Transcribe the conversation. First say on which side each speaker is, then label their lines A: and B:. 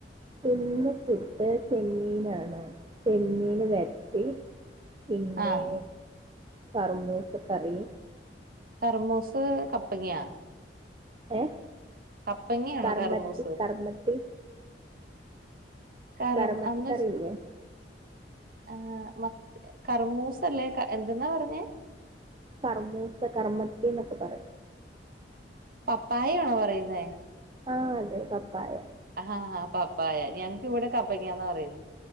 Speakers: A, on the right; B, on the right.
A: ഇന്ന് ഫുഡ് ചെമ്മീനാണ് ചെമ്മീൻ വര്ട്ടി. പിന്നെ
B: ആഹ്
A: കർമൂസക്കറി.
B: കർമൂസ് കപ്പങ്ങ്യാ.
A: ഏ
B: കപ്പങ്ങാണോ
A: കർമ്മത്തി
B: കർമൂസ്.
A: കർമ്മത്തി
B: കർമ്
A: കർമ്മത്തി
B: അന്ന്
A: കറി
B: ചെ.
A: ഇല്ലേ
B: ആഹ് മ കറർമൂസല്ലേ ക എന്തെന്നാ പറഞ്ഞെ.
A: കർമൂസ കർമ്മത്തിന്നൊക്കെ പറയും.
B: പപ്പായാണോ പറയുന്നേ?
A: ആഹ് അതെ പപ്പായ.
B: ആഹ് പപ്പായ ഞങ്ങക്ക് ഇവിടെ കപ്പക്ക്യാന്ന് പറയും.